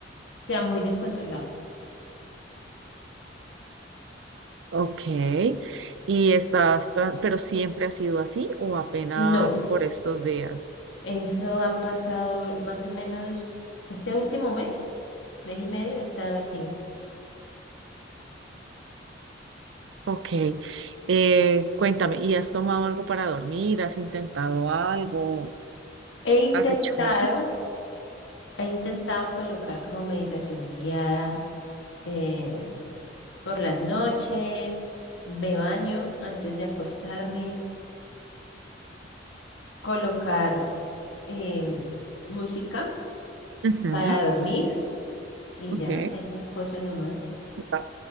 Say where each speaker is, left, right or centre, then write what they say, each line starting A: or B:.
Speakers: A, on the left (about 80°); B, on the right (about 75°).
A: sea, muy descontrolado.
B: Ok. ¿Y estás, tra- pero siempre ha sido así o apenas
A: No,
B: por estos días?
A: eso ha pasado más o menos este último mes, mes y medio, he estado así.
B: Ok. Eh, cuéntame, ¿y has tomado algo para dormir? ¿Has intentado algo?
A: He intentado
B: ¿Has hecho algo?
A: He intentado colocar como meditación guiada eh, por las noches, me baño antes de acostarme, colocar em, música
B: Ujú,
A: para dormir y
B: Ok.
A: ya, esas cosas nomás.
B: va.